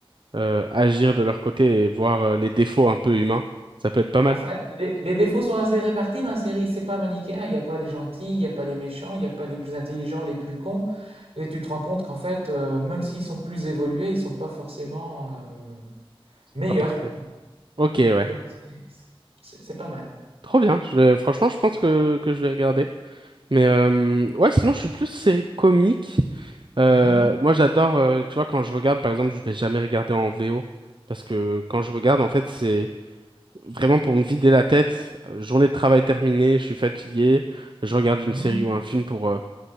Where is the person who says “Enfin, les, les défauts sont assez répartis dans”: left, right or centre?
Right